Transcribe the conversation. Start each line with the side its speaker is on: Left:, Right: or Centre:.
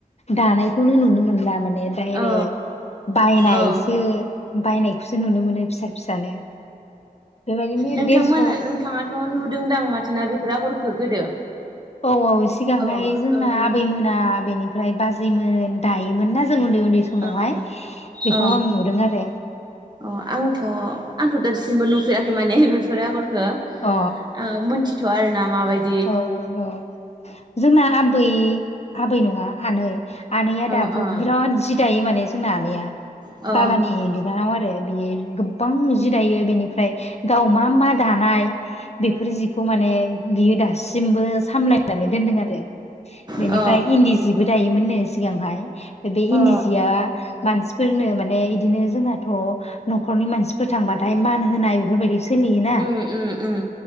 Left: दानायखौनो नुनो मोनला माने दडाइरेक
Right: अ औ
Left: बायनाय
Right: औ
Left: एसे बायनायखौसो नुनो मोनो फिसा फिसानो बेबायदिनो
Right: नोंथांमोना
Left: देरस'
Right: नोंथाङा थ' नुदोंदां माथोना बेफोर आगरखो गोदो?
Left: औ औ सिगांहाय
Right: अ
Left: जोंना
Right: ओ
Left: आबैमोन दा बेनिफ्राय बाजैमोन दायोमोन ना जों उन्दै उन्दै सम समावहाय
Right: अ
Left: बेखौ
Right: अ
Left: आं नुदों आरो।
Right: अ आंथ' आंथ' दासिमबो नुफेराखै माने बेफोर आगरखो
Left: अ
Right: ओ मिथिथ'या आरो ना माबायदि
Left: औ औ औ जोंना आबै आबै नङा आनै आनैया
Right: अ
Left: दाबो
Right: अ
Left: बिराद जि दायो माने जोंना आनैया
Right: अ
Left: बाबानि बिनानाव आरो बे गोबां जि दायो बेनिफ्राय गाव मा मा दानाय बेफोर जिखौ माने बियो दा जेथिंबो सामलायनानै दोनदों आरो बेनिफ्राय
Right: अ
Left: इन दि जिबो दायोमोननो सिगांहाय बे इन्दि
Right: अ
Left: जिया मानसिफोरनो माने इदिनो जोंहाथ' न'खरनि मानसिफोर थांबाथाय मान होनाय बेफोरबायदि सोलियोना
Right: उम उम उम